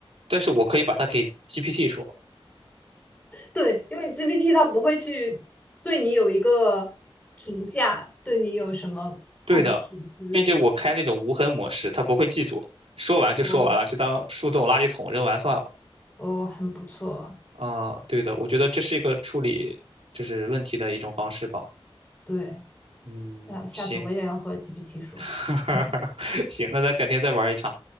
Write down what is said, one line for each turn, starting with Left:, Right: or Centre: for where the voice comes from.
Right: 但是我可以把它给 GPT 说，
Left: 对，因为 GPT 它不会去对你有一个评价，对你有什么看不起之类的。
Right: 对的，并且我开那种无痕模式，它不会记住，说完就说完了，
Left: 哦
Right: 就当树洞垃圾桶扔完算了。
Left: 哦，很不错。
Right: 啊，对的，我觉得这是一个处理就是问题的一种方式吧。
Left: 对，
Right: 嗯，
Left: 下下次我也要和
Right: 行，
Left: GPT 说。
Right: <laughs>
Left: <laughs> 嗯，
Right: 行，那咱改天再玩一场，